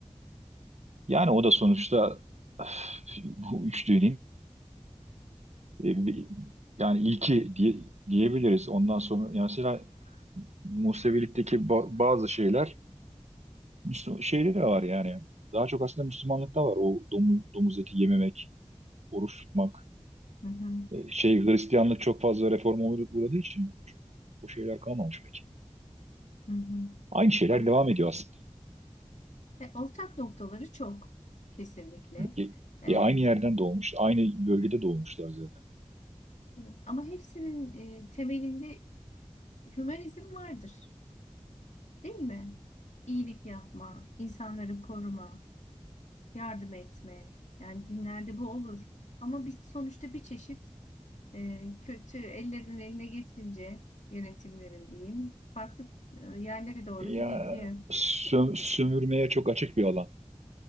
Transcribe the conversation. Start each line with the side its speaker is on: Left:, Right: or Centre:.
Right: Yani o da sonuçta öf, bu üçlünün e, bir- yani ilki diye, diyebiliriz. Ondan sonra yani mesela Musevilik'teki ba- bazı şeyler Müslüman, şeyde de var yani. Daha çok aslında Müslümanlıkta var. O domu- domuz eti yememek, oruç tutmak.
Left: Hı hı,
Right: E, Şey Hristiyanlık çok fazla reforma uğra- uğradığı için çok, o şeyler kalmamış pek.
Left: hı hı.
Right: Aynı şeyler
Left: Ama,
Right: devam ediyor aslında.
Left: ve ortak noktaları çok kesinlikle.
Right: E,
Left: Ee,
Right: e, aynı yerden doğmuş, aynı bölgede doğmuşlar zaten.
Left: evet. Ama hepsinin e, temelinde hümanizm vardır, değil mi? İyilik yapma, insanları koruma, yardım etme. Yani dinlerde bu olur. Ama biz sonuçta bir çeşit e, kötü ellerin eline geçince yönetimlerin diyeyim farklı e, yerlere doğru
Right: E,
Left: gidebiliyor
Right: Ya sö- sömürmeye çok açık bir alan.